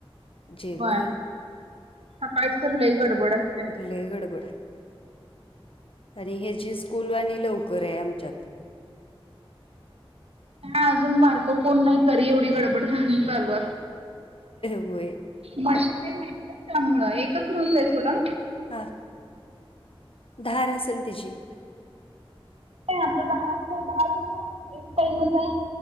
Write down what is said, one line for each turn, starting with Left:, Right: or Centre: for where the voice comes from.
Left: जेवण
Right: य सकाळीच तर लई गडबडत
Left: ले गडबड आणि हे जे स्कूलवाणी लवकर आहे आम त
Right: ह अजून बारकं कोण नाही तरी एवढी गडबड झाल चालव
Left: होय
Right: भाष ते माहित त्यामुळं एकच माणसा आहे ोटा
Left: हा धार असेल तिची
Right: आपलं दार दार कस एक पैमच आहे